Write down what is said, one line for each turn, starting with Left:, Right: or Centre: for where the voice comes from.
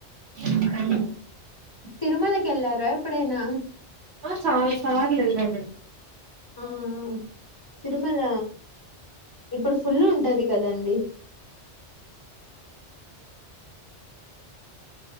Right: అ
Left: తిరుమలకి వెళ్లార ఎప్పుడైనా
Right: ఆ చాలా సార్లు వెల్లాం
Left: ఆ అ తిరుమల ఇప్పుడు ఫుల్ ఉంటది కదండి